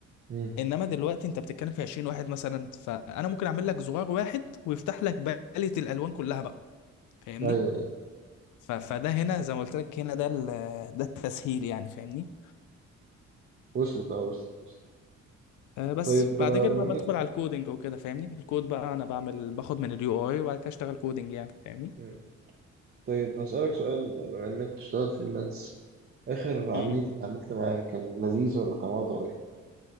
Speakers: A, on the right (about 35°); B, on the left (about 75°).
A: مم.
B: انما دلوقتي انت بتتكلم في 20 واحد مثلا فانا ممكن اعمل لك زرار واحد ويفتح لك باليت الالوان كلها بقى فاهمني
A: ايوه ايوه
B: ف- فده هنا زي ما قلت لك هنا ده ال- ده التسهيل يعني فاهمني
A: وصلت اه وصلت وصلت
B: آه، بس
A: طيب
B: بعد
A: آه،
B: كده
A: بما
B: بقى
A: انك
B: بدخل على الكودينج وكده فاهمني الكود بقى انا بعمل باخد من اليو اي وبعد كده اشتغل كودينج يعني
A: مم. طيب هسألك سؤال بما انك بتشتغل فريلانس اخر
B: فاهمني
A: عميل اتعاملت معاه كان لذيذ ولا كان وضعه